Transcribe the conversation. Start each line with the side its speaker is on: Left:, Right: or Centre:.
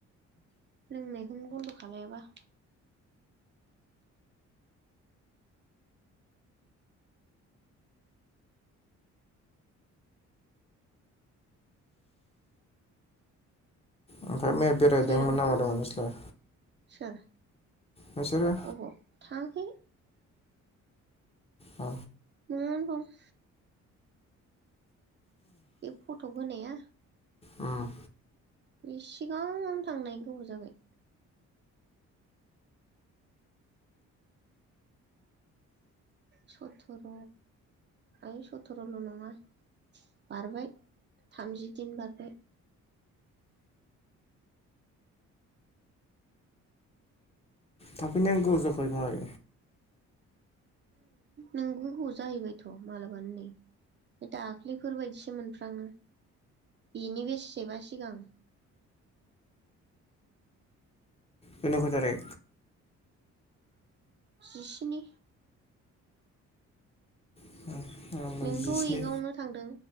Right: लोंनायखौनो बन्द' खालायाबा।
Left: ओमफ्राय मैया बेरायदोंमोन
Right: जेराव
Left: नामा दमोन नोंसोलाय।
Right: सोर
Left: नोंसोरो।
Right: अबाव थांहाखै।
Left: अ
Right: न'आवनो दं। बे फट' होनाया।
Left: उम
Right: बे सिगां थांनाय गोबाव जाबाय। सथ्र' ओइ सथ्रल' नङा। बारबाय थामजि दिन बारबाय।
Left: थाफिन नांगौ <unintelligible> थाबाय।
Right: नोंगौ गु जाहैबायथ' मालाबानो नै। दाख्लैफोर बायदिसो मोनफ्राङो बेनि बेसेबा सिगां।
Left: होनांगौ जादों।
Right: जिस्नि
Left: <unintelligible>
Right: नोंथ'
Left: जिस्नि
Right: एगआवनो थांदों